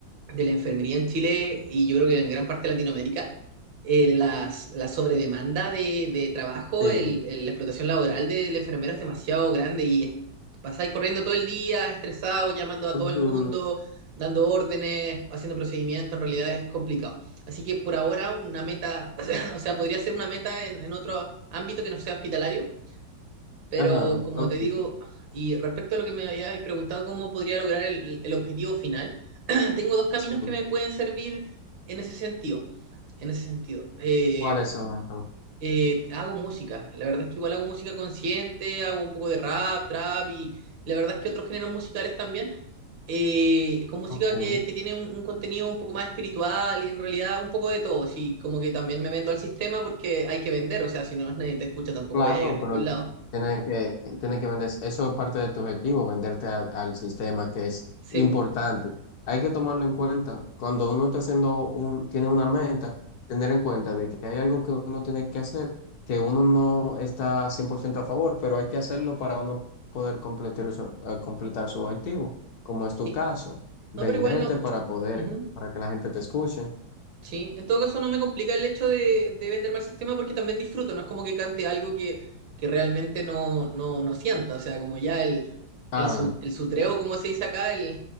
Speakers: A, on the right; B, on the left.
A: de la enfermería en Chile y yo creo que en gran parte de Latinoamérica eh, las- la sobredemanda de, de trabajo,
B: Sí.
A: el- el- la explotación laboral de la enfermera es demasiado grande y pasáis corriendo todo el día, estresado, llamando a
B: Ujú.
A: todo el mundo, dando órdenes, haciendo procedimientos, en realidad es complicado. Así que por ahora una meta, <laughs> o sea, podría ser una meta en, en otro ámbito que no sea hospitalario, pero
B: Ajá,
A: como
B: ok.
A: te digo, y respecto a lo que me habías preguntado, cómo podría lograr el, el objetivo final, <clears throat> tengo dos caminos
B: Sí.
A: que me pueden servir en ese sentido. En ese sentido, Eh,
B: ¿Cuáles son esos?
A: eh, hago música. La verdad es que igual hago música consciente, hago un poco de rap, trap y la verdad es que otros géneros musicales también, eh, con música
B: Ok.
A: que, que tiene un, un contenido un poco más espiritual y en realidad un poco de todo. Sí, como que también me vendo al sistema porque hay que vender, o sea, si no nadie te escucha tampoco
B: Claro,
A: voy a llegar a
B: pero
A: ningún lado.
B: tiene que, tiene que vender, eso es parte de tu objetivo, venderte a- al sistema que es
A: Sí,
B: importante.
A: po.
B: Hay que tomarlo en cuenta. Cuando uno está haciendo un, tiene una meta, tener en cuenta de que hay algo que uno tiene que hacer, que uno no está 100% a favor, pero hay que hacerlo para uno poder completar su, eh, completar su objetivo, como es tu
A: sí.
B: caso, venderte
A: No, pero igual no.
B: para poder,
A: Ujú,
B: para que la gente te escuche.
A: Sí, en todo caso no me complica el hecho de, de vender mal sistema porque también disfruto, no es como que cante algo que, que realmente no, no, no sienta, o sea, como ya el,
B: Ah,
A: el, su- el sutreo, como se dice acá, el,